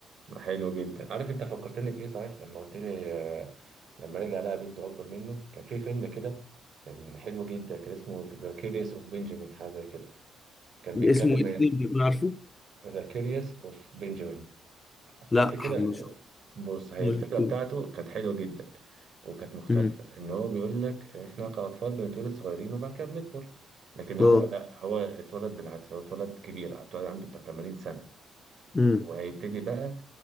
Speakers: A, on the right; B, on the left.
A: حلو جدا عارف انت فكرتني بايه صحيح لما قلت لي آه، لما رجع لقى بنته اكبر منه كان في فيلم كده كان حلو جدا كان اسمه ذا كيريس اوف بنجامين حاجه زي كده كان بيتكلم
B: اسمه ايه
A: عن
B: تاني بتكون عارفه؟
A: ذا كيريوس اوف بنجامين
B: لا
A: حد كده آه،
B: ما شفت-
A: بص هي
B: ما
A: الفكرة
B: شفتوش
A: بتاعته كانت حلوة جدا وكانت مختلفة
B: امم
A: ان هو بيقول لك احنا كأطفال بنتولد صغيرين وبعد كده بنكبر لكن هو
B: اه
A: لا هو اتولد بالعكس هو اتولد كبير اتولد عنده بتاع 80 سنة
B: امم
A: وهيبتدي بقى